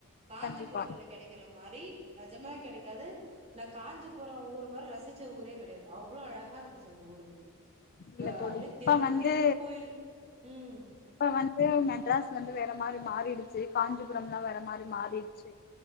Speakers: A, on the right; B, on the left.
A: காஞ்சிபுரத்துல
B: கண்டிப்பா
A: கெடைக்கிற மாரி நெஜமா கெடைக்காது ந காஞ்சிபுர ஊரு ஒரு மார் ரசிச்ச ஊரே கெடையாது அவ்ளோ அழகா இருந் செல ஊருங்க
B: இல்ல
A: க
B: தோழி
A: அப்டியே
B: இப்ப
A: தெருவுக்கு
B: வந்து
A: தெருவு கோயில் ம்
B: இப்ப வந்து மெட்ராஸ் வந்து வேற மாரி மாறிடுச்சு காஞ்சிபுரம்லா வேற மாரி மாறிருச்சு